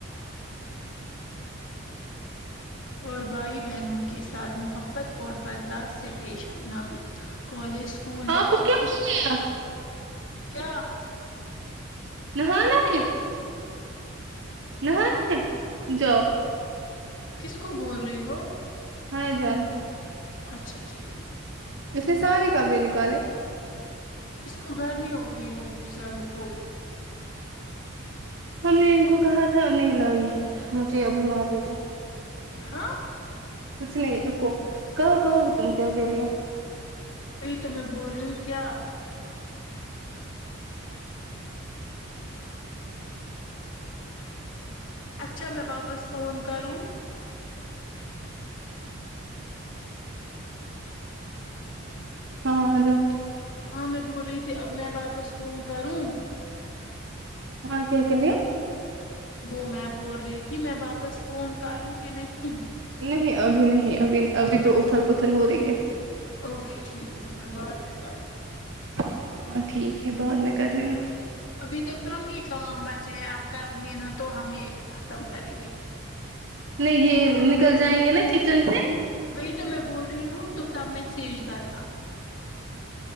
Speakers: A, on the left; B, on the right.
A: اور بھائی بہنوں کے ساتھ محبت اور برداشت سے پیش آنا بھی کالج اسکول یا
B: آپ کو
A: آفس
B: کیا ہو گیا
A: کیا
B: نہانا ہے نہانا ہے جاؤ
A: کس کو بول رہی ہو
B: ہاں جوان کا
A: اچھا ٹھیک
B: اس نے سارے کپڑے نکالے
A: اس کو گرمی ہو گئی ہوگی بیچارے کو
B: ہم نے ان کو کہا تھا نہیں لا ہی ہے مجھے ابھی مار دیتے
A: ہاں
B: کچ نہیں رکو کہو کہو تم کیا کھری ہو
A: بی تو میں بول رہی ہوں کیا اچھا میں واپس فون کروں
B: ہاں ہیلو
A: ہاں میں بول رہی تھی اب میں واپس فون کروں
B: ہاں کیا کہرا
A: وہ میں بول رہی تھی میں واپس فون کروں کی نہیں
B: نہیں ابھی نہیں ابھی ابھی تو اتھل پتھل ہو رہی ہے
A: اوکے ٹھیک ہے میں بعد میں کر
B: ہاں ٹھیک ہے بعد میں کرنے نا
A: ابھی تو کم ہی کام بچے ہیں آپ کرلینا تو ہم یہ ختم کریں گے
B: لے گے نکل جائیںنگے نا کچن سے
A: وبی تو میں بول رہی ہوں تو تب میں سیج کرنا